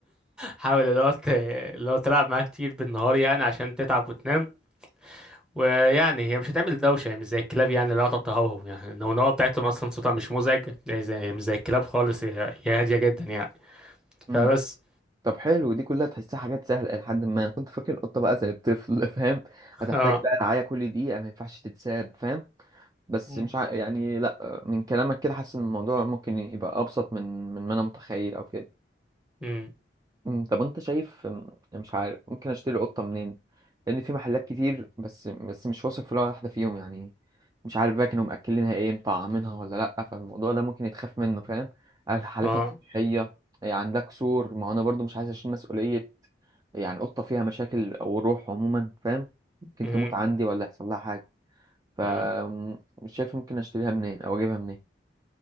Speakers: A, in the centre; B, on the right.
A: حاول اللي هو ت- اللي هو تلعب معاها كتير بالنهار يعني عشان تتعب وتنام ويعني هي مش هتعمل دوشة هي مش زي الكلاب يعني اللي هو تتهوهو يعني النونوة بتاعتهم أصلا صوتها مش مزعج هي زي مش زي الكلاب خالص هي هي هادية جدا يعني
B: امم
A: فبس
B: طب حلو دي كلها تحسها حاجات سهله لحد ما انا كنت فاكر القطه بقى زي الطفل <laughs> فاهم هتحتاج
A: اه
B: بقى رعايه كل دقيقه ما ينفعش تتساب فاهم بس
A: مم.
B: مش ع... يعني لا من كلامك كده حاسس ان الموضوع ممكن يبقى ابسط من من ما انا متخيل او كده
A: امم
B: أمم، طب انت شايف أمم، مش عارف ممكن اشتري قطة منين لان في محلات كتير بس بس مش واثق في ولا واحدة فيهم يعني مش عارف بقى كانوا مأكلينها ايه مطعمينها ولا لا فالموضوع ده ممكن يتخاف منه فاهم هل حالتها
A: اه
B: صحية إيه، عندها كسور ما هو انا برضو مش عايز اشيل مسؤولية يعني قطة فيها مشاكل او روح عموما فاهم ممكن
A: امم
B: تموت عندي ولا يحصل لها حاجة فمش
A: امم
B: شايف ممكن اشتريها منين او اجيبها منين